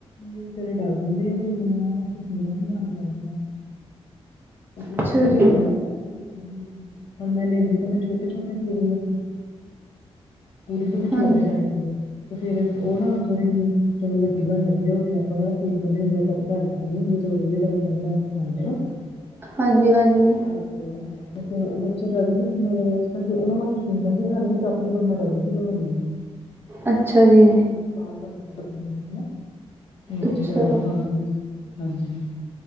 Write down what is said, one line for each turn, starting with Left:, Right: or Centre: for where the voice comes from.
Left: ਏ ਵਿਚਾਰੇ ਡਰ ਜਾਂਹਦੇ ਆ। ਕੋਈ ਮੈਨੂੰ ਬਣਾਉਣੀ ਪੈਂਦੀ ਆ। ਉਹ ਹੈ
Right: ਅੱਛਾ ਜੀ
Left: ਵੀ ਹੋਣਾ ਨਾ ਦੋ ਪੇੜਿਆਂ ਦੇ ਵਿੱਚ। ਹਾਂ, ਮੈਂ ਲੈਂਦੀ ਤਾਂ ਮੈਂ ਛੋਟੇ-ਛੋਟੇ ਉਹਦੇ ਤੋਂ ਵੀ
Right: ਹਾਂਜੀ
Left: ਛੋਟੇ। ਟਾਈਪ ਤੇ ਫੇਰ ਉਹ ਨਾ ਹੁਣ ਥੋੜੀ ਜਿਹੀ। ਚਲੋ ਵੱਡੀ ਬਣਦੀ ਹੈ ਰੋਟੀ ਆਪਾਂ ਕਿਹੜਾ ਫੀਲ ਕਰਨੀ ਹੁੰਦੀ। ਆਪਾਂ ਤਾਂ ਘਰੇ ਖਾਣੀ ਹੁੰਦੀ ਚਲੋ ਵਧੀਆ ਟਾਈਮ ਨਾ ਬਣਾ ਕੇ ਖਾਂਦੇ ਆ। <unintelligible>
Right: ਹਾਂਜੀ- ਹਾਂਜੀ।
Left: ਅੱਜ ਵਧਾਉਣ। ਤੇ ਫੇਰ ਉਹ ਬੱਚੇ ਜਾਂਦੇ ਫਿਰ ਮੈਂ ਉਹਨਾਂ ਵਾਸਤੇ ਸਿੰਗਲ 'ਚ ਬਣਾਉਣੀ ਹੈ ਤੇ ਆਪਣੀ ਫੇਰ ਮੈਂ ਡਬਲ ਸੀ ਬਣਾਉਣੀ ਹੈ।
Right: ਅੱਛਾ ਜੀ।
Left: <unintelligible> ਬਣਦੀ ਫੇਰ ਟੇਸਟੀ ਬਣਦੀ ਹੈ
Right: ਅੱਛਾ
Left: ਫੇਰ ਖਾਣ ਵਿੱਚ ਹਾਂਜੀ।